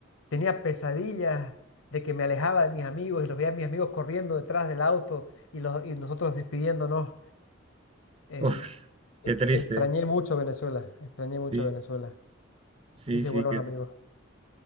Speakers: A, on the left (about 75°); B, on the right (about 25°).
A: tenía pesadillas de que me alejaba de mis amigos y los veía a mis amigos corriendo detrás del auto y, los, y nosotros despidiéndonos? Em,
B: <laughs> Uf,
A: ex-
B: qué triste.
A: extrañé mucho Venezuela, extrañé mucho
B: Sí,
A: Venezuela.
B: sí,
A: Hice
B: sí.
A: buenos
B: qué
A: amigos.
B: tri-